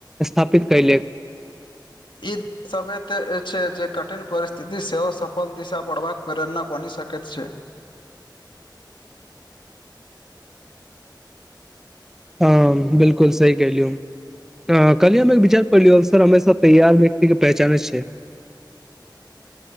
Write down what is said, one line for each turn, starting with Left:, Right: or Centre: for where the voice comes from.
Centre: स्थापित केलक।
Left: ई समय तै छै जे कठिन परिस्थिति सेहो सफल दिशा बढ़बाक प्रेरणा बनि सकैत छै।
Centre: हां बिल्कुल सही कहलियौ। अ कल्हि हम एक विचार पढ़लियौ अवसर हमेशा तैयार व्यक्ति के पहचाने छै।